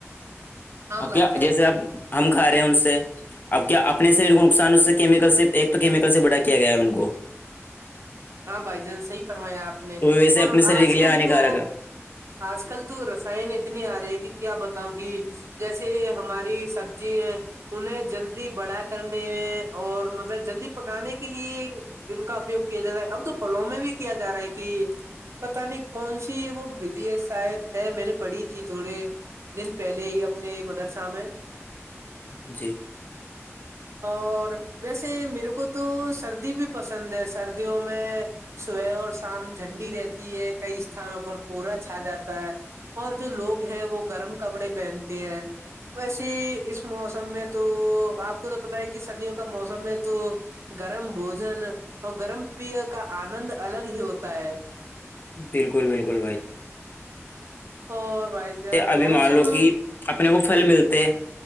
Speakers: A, on the right; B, on the left.
A: ہاں
B: اب
A: بھائی
B: کیا
A: جان
B: جیسے آپ ہم کھا رہے ہیں ان سے اب کیا اپنے شریر کو نقصان اس سے کیمیکل سے ایک تو کیمیکل سے بڑا کیا گیا ہے ان کو
A: ہاں بھائی جان صحیح فرمایا آپ نے
B: تو ویسے
A: اور
B: اپنے شریر
A: آج
B: کے لیے
A: کل
B: ہانیکارک
A: تو
B: ہے
A: آج کل تو رسائن اتنی آ رہی ہے کہ کیا بتاؤں گ جیسے ہماری سبزی انہیں جلدی بڑا کرنے میں اور مطلب جلدی پکانے کے لیے ان کا اپیگ کیا جا رہا ہے اب تو پھلوں میں بھی کیا جا رہا ہے کہ پتہ نہیں کون سی وہ ودھی ہے شاید ہے میں نے پڑھی تھی تھوڑے دن پہلے ہی اپنی مدرسہ میں
B: جی
A: اور ویسے میرے کو تو سردی بھی پسند ہے سردیوں میں صبح اور شام ٹھنڈی رہتی ہے کئی استھانوں پر کورا چھا جاتا ہے اور جو لوگ ہیں وہ گرم کپڑے پہنتے ہیں ویسے ہی اس موسم میں تو آپ کو تو پت ہے کہ سردیوں کا موسم میں تو گرم بوجن اور گرم پی کا آنند الگ ہی ہوتا ہے
B: بالکل بالکل بھائی
A: اور بھائی جان
B: ابھی
A: موسم
B: مان لو کہ اپنے کو پھل ملتے